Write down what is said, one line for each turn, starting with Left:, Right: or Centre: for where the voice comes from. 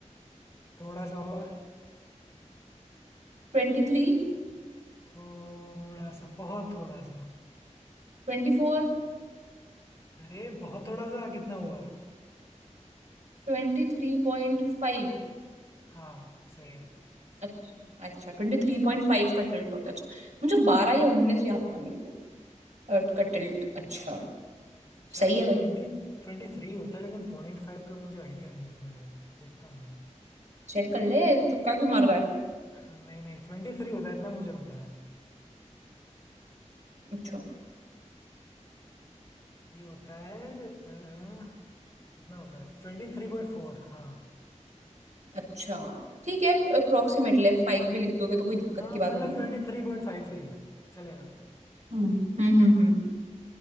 Left: थोड़ा सा और
Right: ट्वेंटी थ्री
Left: थोड़ा सा बहुत थोड़ा सा
Right: ट्वेंटी फोर
Left: अरे बहुत थोड़ा सा कितना हुआ
Right: ट्वेंटी थ्री पॉइंट फाइव
Left: हाँ सही है
Right: अच्छा अच्छा ट्वेंटी थ्री पॉइंट फाइव का टिल्ट होता है अच्छा मुझे बारह या उन्नीस याद था मेरे को अ, का टिल्ट अच्छा
Left: शायद
Right: सही है भाई
Left: ट्वेंटी ट्वेंटी थ्री होता है लेकिन पॉइंट फाइव का मुझे आइडिया नहीं है, एक मिनट देखता हूँ
Right: चेक कर ले तुक्का क्यों मार रहा है
Left: मैं नहीं नहीं ट्वेंटी थ्री होता है इतना मुझे पता है
Right: अच्छा
Left: ये होता है अ, कितना होता है ट्वेंटी थ्री पॉइंट फोर हाँ
Right: अच्छा ठीक है अप्रोक्सीमेटली फाइव भी लिख दोगे तो कोई दिक्कत
Left: हाँ
Right: की
Left: मतलब
Right: बात नहीं है
Left: ट्वेंटी थ्री पॉइंट फाइव ही है चलेगा
Right: Hmm hmm hmm hmm